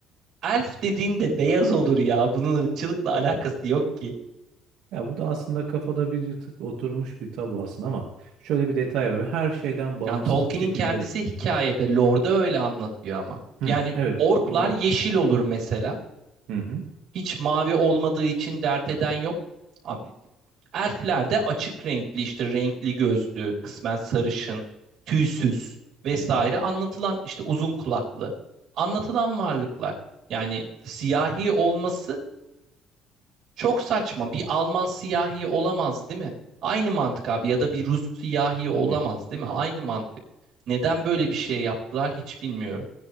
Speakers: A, on the right; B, on the right.
A: elf dediğin de beyaz olur ya. Bunun ırkçılıkla alakası yok ki.
B: Ya bu da aslında kafada bir tık oturmuş bir tabu aslında ama şöyle bir detay var. Her şeyden bağımsız
A: Yani Tolkien'in
B: bir şekilde
A: kendisi hikayede Lord'a öyle anlatıyor ama.
B: Hı.
A: Yani
B: Evet.
A: orklar
B: Oraya
A: yeşil olur mesela.
B: Hı hı.
A: Hiç mavi olmadığı için dert eden yok. Abi elfler de açık renkli işte renkli gözlü, kısmen sarışın, tüysüz vesaire anlatılan işte uzun kulaklı anlatılan varlıklar. Yani siyahi olması çok saçma. Bir Alman siyahi olamaz, değil mi? Aynı mantık abi ya da bir Rus siyahi olamaz,
B: gibi.
A: değil mi? Aynı mantık. Neden böyle bir şey yaptılar hiç bilmiyorum.